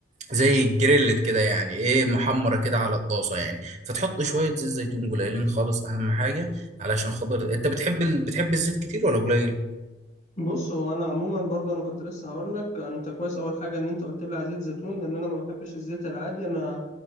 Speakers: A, on the right (about 40°); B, on the left (about 40°).
A: زي الجريلت كده يعني ايه محمره كده على الطاسه يعني فتحط شويه زيت زيتون قليلين خالص اهم حاجه علشان خاطر انت بتحب ال... بتحب الزيت كتير ولا قليل
B: بص هو انا عموما برضه انا كنت لسه هقول لك انت كويس اول حاجه ان انت قلت لي على زيت زيتون لان انا ما بحبش الزيت العادي انا